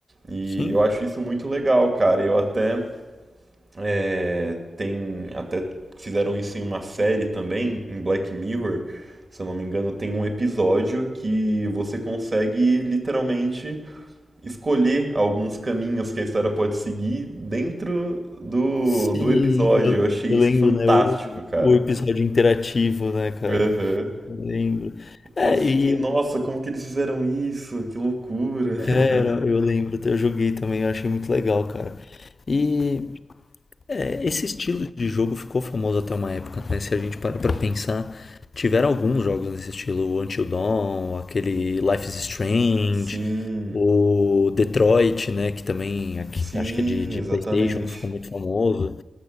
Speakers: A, on the right (about 35°); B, on the left (about 45°).
A: E
B: Sim.
A: eu acho isso muito legal, cara. Eu até é, tem até fizeram isso em uma série também, em Black Mirror, se eu não me engano, tem um episódio que você consegue literalmente escolher alguns caminhos que a história pode seguir dentro do,
B: Sim,
A: do episódio.
B: eu,
A: Eu achei isso
B: eu lembro,
A: fantástico,
B: né? O,
A: cara.
B: o episódio interativo, né, cara?
A: Aham.
B: Eu lembro.
A: Eu
B: É,
A: fiquei,
B: e
A: nossa, como que eles fizeram isso? Que loucura.
B: é,
A: <laughs>
B: era, eu lembro, eu joguei também, eu achei muito legal, cara. E Esse estilo de jogo ficou famoso até uma época, né? Se a gente parar pra pensar, tiveram alguns jogos nesse estilo, o Until Dawn, aquele Life is Strange,
A: Sim,
B: o Detroit, né? Que também aqui-
A: sim,
B: acho que é de, de
A: exatamente.
B: PlayStation, que ficou muito famoso.